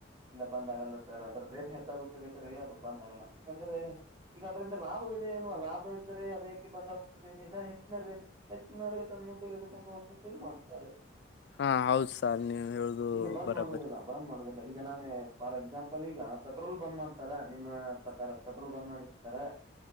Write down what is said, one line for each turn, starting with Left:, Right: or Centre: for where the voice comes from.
Right: ಇಲ್ಲ ಬಂದ್ ಆಗಲ್ಲ ಸರ್ ಅದ್ರ ರೇಟ್ ಹೆಚ್ಚಾಗುತ್ತರಿ ಬೇಕಂದ್ರ ಅದು ಬಂದ್ ಆಗಲ್ಲ ಯಾಕಂದ್ರೆ. ಈಗ ಅದ್ರಿಂದ ಲಾಭವಿದೆ ಅಲ್ವಾ ಲಾಭ ಇದ್ದರೆೆ ಅದೇಕೆ ಬಂದಾಗುತ್ತದೆ ಇನ್ನ ಹೆಚ್ಚಿನ ಹೆಚ್ಚಿನರಿಗೆ ತನ್ನ ತೆಗೆದುಕೊಂಡುವದ್ದು ಮಾಡ್ತಾರೆ.
Left: ಹಾ ಹೌದ ಸಾರ್ ನೀವ್ ಹೇಳೋದು
Right: ಈಗ ಬಂದ್
Left: ಬರೊಬರಿ.
Right: ಮಾಡುವುದಿಲ್ಲ ಬಂದ್ ಮಾಡುದಿಲ್ಲ ಈಗ ನಾನ. ಫಾರ್ ಎಕ್ಸಾಂಪಲ್ ಈಗ ಪೆಟ್ರೋಲ್ ಬಂದ್ ಮಾಡ್ತಾರ ನಿಮ್ಮ ಪ್ರಕಾರ ಪೆಟ್ರೋಲ್ ಬಂದ್ ಮಾಡಿ ಬಿಡ್ತಾರ.